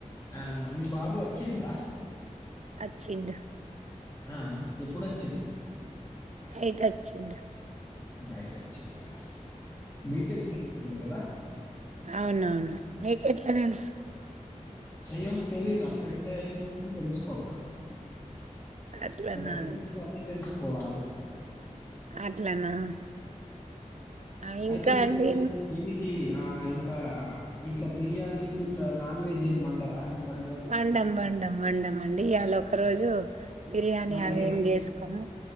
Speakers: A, on the left; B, on the right.
A: ఆ మీ బాబు వచ్చిడా
B: ఆచ్చిండు
A: ఆ ఎప్పుడొచ్చిండు
B: అయితచ్చిండు
A: బైట్ ఆచ్చిందా బీటెక్ చేస్తుండు కదా
B: అవునవును మీకెట్లా తెలుసు అండి
A: అయ్యో తెలియదా ఆ ఫ్రెండ్ అయినప్పుడు తెలుసుకోమా
B: అట్లనా
A: ఫ్రెండ్ గురించి
B: అండి
A: అన్ని తెలుసుకోవాలే
B: అట్లనా ఆ! ఇంకా
A: అయితే మీరు
B: అండి
A: ఈ దీనికి ఆ ఇంకా ఇట్లా బిర్యానీలు ఇట్లా నాన్ వెజ్ ఏం వండరా పండుగ?
B: వండం వండ వండ అండి ఇలా ఒక రోజు బిర్యానీ
A: మరి
B: అవి
A: ఏం
B: చేసుకోము